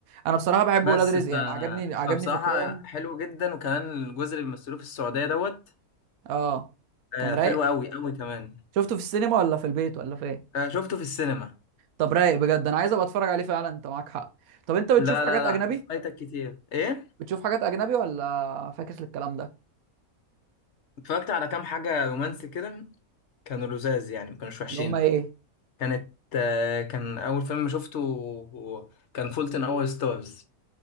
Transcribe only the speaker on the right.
انا بصراحه بحب
ولاد رزق
يعني عجبني عجبني
فكرهم
اه
كان رايق
شفته في السينما ولا في البيت ولا فين
طب رايق بجد انا عايز ابقى اتفرج عليه فعلا انت معاك حق طب انت بتشوف
حاجات
اجنبي
بتشوف حاجات اجنبي ولا فاكس للكلام ده
اللي هم ايه